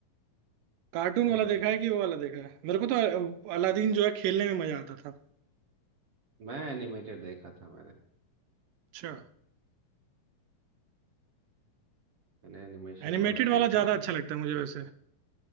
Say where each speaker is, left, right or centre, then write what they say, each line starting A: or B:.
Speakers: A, on the right; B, on the right.
A: कार्टून
B: कौन
A: वाला
B: वाला
A: देखा है कि वो वाला देखा है मेरे को तो अ- अलादीन जो है खेलने में मजा आता था
B: मैं एनिमेटेड देखा था मैंने
A: अच्छा
B: मैंने एनिमेशन
A: एनिमेटेड
B: वाला
A: वाला
B: देखा
A: ज्यादा
B: और,
A: अच्छा लगता है मुझे वैसे